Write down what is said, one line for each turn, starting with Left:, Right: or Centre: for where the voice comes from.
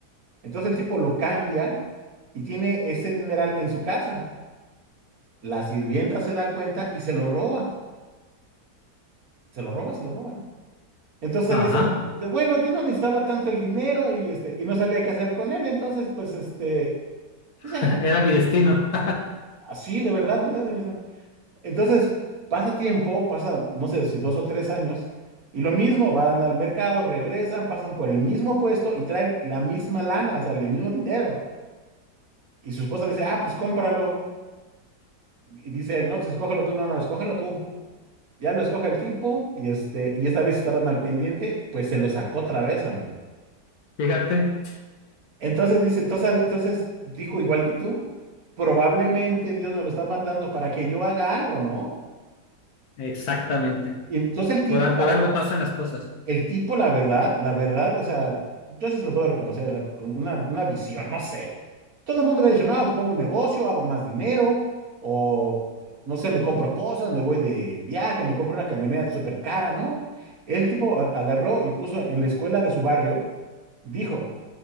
Right: Entonces el tipo lo cambia y tiene ese dineral en su casa. La sirvienta se da cuenta y se lo roba, se lo roba, se lo roba, ¿no? Entonces
Left: Ajá.
Right: él dice, dice, bueno, yo no necesitaba tanto el dinero y, este, y no sabía qué hacer con él, entonces pues este,
Left: <laughs>
Right: pues ya ni
Left: Era
Right: modo.
Left: mi destino. <laughs>
Right: así, de verdad, no era dimensión. Entonces, pasa tiempo, pasa, no sé si dos o tres años, y lo mismo, van al mercado, regresan, pasan por el mismo puesto y traen la misma lana, o sea, el mismo dinero. Y su esposa le dice, ah, pues cómpralo. Y dice él, no, pues escógelo tú, no, no, escógelo tú. Ya lo escoge el tipo, y este, y esta vez estaban al pendiente, pues se lo sacó otra vez, amigo.
Left: Fíjate.
Right: Entonces dice, entonces, al- entonces dijo, igual que tú, probablemente Dios me lo está mandando para que yo haga algo, ¿no?
Left: Exactamente.
Right: Y entonces el tipo,
Left: Por, a-
Right: la
Left: por
Right: verdad,
Left: algo pasan las cosas.
Right: El tipo, la verdad, la verdad, o sea, yo sí se lo puedo reconocer, o sea, con una, una visión, no sé. Todo el mundo había dicho, no, pues pongo un negocio, hago más dinero, o no sé, me compro cosas, me voy de viaje, me compro una camioneta súper cara, ¿no? El tipo a- agarró y puso en la escuela de su barrio, dijo,